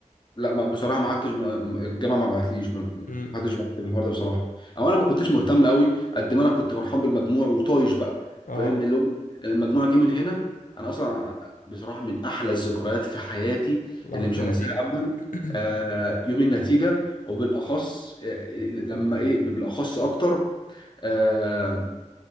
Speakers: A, on the left; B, on the left.
A: لا ما بصراحه ما قعدتش ما- ما- الجامعه ما بعتليش ما ما
B: امم
A: حدش بعت لي الحوار ده بصراحه او انا ما كنتش مهتم قوي قد ما انا كنت فرحان بالمجموع وطايش بقى
B: اه
A: فاهم اللي هو لما المجموع جه من هنا انا اصلا بصراحه من احلى الذكريات في حياتي
B: لحظه
A: اللي مش هنساها
B: النتيجه
A: ابدا
B: <coughs>
A: آه، يوم النتيجه وبالاخص آه، لما ايه بالاخص اكتر آه،